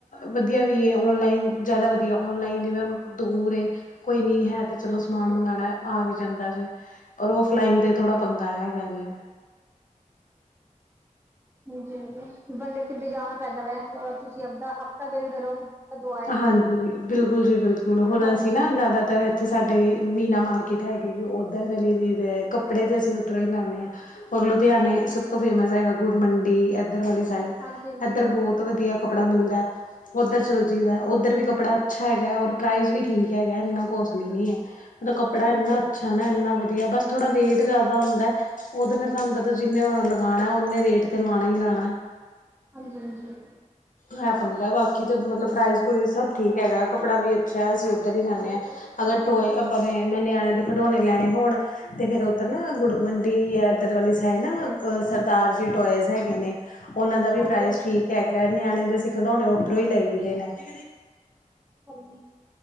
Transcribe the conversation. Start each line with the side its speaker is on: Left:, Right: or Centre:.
Left: ਵਧੀਆ ਵੀ ਏ, ਔਨਲਾਈਨ ਜ਼ਿਆਦਾ ਵਧੀਆ ਔਨਲਾਈਨ ਜਿਵੇਂ ਉਹਨੂੰ ਦੂਰ ਏ ਕੋਈ ਨੀ ਹੈ ਤੇ ਚਲੋ ਸਮਾਨ ਮੰਗਵਾਉਣਾ ਆ ਵੀ ਜਾਂਦਾ ਜੇ ਔਰ ਔਫ ਲਾਈਨ 'ਤੇ ਥੋੜ੍ਹਾ ਪੰੰਗਾ ਹੈਗਾ ਜੇ।
Right: ਹਾਂਜੀ-ਹਾਂਜੀ ਬੰਦੇ ਕਿੱਤੇ ਜਾਣਾ ਪੈ ਜਾਵੇ, ਹੋਰ ਤੁਸੀਂ ਆਪਦਾ ਹਫ਼ਤਾ ਦੇਖਦੇ ਰਹੋ। ਕਦੋਂ ਆਏਗਾ
Left: ਹਾਂਜੀ, ਬਿਲਕੁਲ ਜੀ ਬਿਲਕੁਲ ਹੁਣ ਐਸੀ
Right: ਹਾਂਜੀ
Left: ਨਾ ਜ਼ਿਆਦਾਤਰ ਏ ਇੱਥੇ ਸਾਡੇ ਮੀਨਾ ਮਾਰਕੀਟ ਹੈਗੀ ਜੀ ਉੱਧਰ ਚਲੀ ਗਈਦੇ ਹੈ, ਕੱਪੜੇ ਤੇ ਅਸੀਂ ਉੱਧਰੋਂ ਹੀ ਲੈਂਨੇ ਆ। ਔਰ ਲੁਧਿਆਣੇ ਸਭ ਤੋਂ ਫੇਮਸ ਹੈਗਾ ਗੁੜ ਮੰਡੀ ਐਦ ਐਧਰ ਵਾਲੀ ਸਾਈਡ
Right: ਹਾਂਜੀ ਹਾਂਜੀ
Left: ਐਧਰ ਬਹੁਤ ਵਧੀਆ ਕੱਪੜਾ ਮਿਲਦਾ ਹੈ, ਓਧਰ ਚੱਲ ਜ ਉੱਧਰ ਵੀ ਕੱਪੜਾ ਅੱਛਾ ਹੈਗਾ ਏ, ਔਰ ਪ੍ਰਾਈਜ਼ ਵੀ ਠੀਕ ਹੈਗਾ ਐਨਾ ਕੋਸਟਲੀ ਨਹੀਂ ਹੈ। ਮਤਲਬ ਕੱਪੜਾ
Right: ਹਾਂਜੀ
Left: ਐਨਾ ਅੱਛਾ
Right: ਹਾਂਜੀ
Left: ਨਾ ਐਨਾ ਵਧੀਆ ਬਸ ਥੋੜਾ ਰੇਟ ਜਾਦਾ ਹੁੰਦਾ ਹੈ ਉਹ ਤੇ ਫੇਰ ਤੁਹਾਨੂੰ ਪਤਾ ਜਿੰਨੇ ਹੁਣ ਲਗਾਉਣਾ ਓਨੇ ਰੇਟ ਤੇ ਲਾਣਾ ਈ ਲਾਣਾ।
Right: ਹਾਂਜੀ-ਹਾਂਜੀ।
Left: ਹੈ ਪੰਗਾ ਬਾਕੀ ਤਾਂ ਮਤਲਬ ਪ੍ਰਾਈਜ਼ ਪ੍ਰੂਇਜ਼ ਸਭ ਠੀਕ ਹੈਗਾ, ਕੱਪੜਾ ਵੀ ਅੱਛਾ ਹੈ, ਅਸੀਂ ਉੱਧਰ ਹੀ ਜਾਂਨੇ ਆ। ਅਗਰ ਟੋਏ ਅਪੇ ਤੇ ਮੈਂ ਨਿਆਣਣੇਿਆਂ ਦੇ ਖਿਡੌਣੇ ਲੈਣੇ ਹੋਣ ਅਤੇ ਫਿਰ ਉੱਧਰ ਨਾ ਗੁੜ ਮੰਡੀ ਐ, ਇੱਧਰ ਵਾਲੀ ਸਾਈਡ ਨਾ ਸਰਦਾਰ ਜੀ ਟੋਇਜ਼ ਹੈਗੇ ਨੇ। ਉਹਨਾਂ ਦਾ ਵੀ
Right: ਹਾਂਜੀ
Left: ਪ੍ਰਾਈਜ਼
Right: ਹਾਂਜੀ
Left: ਠੀਕ ਹੈਗਾ ਨਿਆਣੇ ਦੇ ਅਸੀ ਖਿਡੌਣੇ ਓਧਰੋਂ ਹੀ ਲਈਦੇ ਨੇ। <inaudible>
Right: ਹਾਂਜੀ